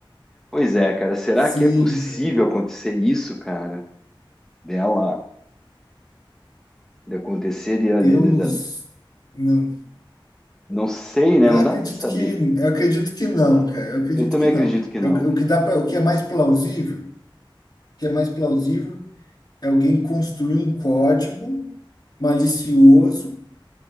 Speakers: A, in the centre; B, on the left (about 50°).
A: Pois é, cara, será
B: <laughs> Sim,
A: que é possível
B: cara.
A: acontecer isso, cara? Dela, de acontecer, de,
B: Eu
A: de- de-
B: não,
A: da-
B: s- não.
A: não sei, né?
B: Eu
A: Não
B: acredito
A: dá para saber.
B: que, eu acredito que não, cara. Eu acredito
A: Eu também
B: que
A: acredito
B: não.
A: que não,
B: É o, que
A: que
B: o que dá para, o que é mais plausível. que é mais plausível é alguém construir um código malicioso,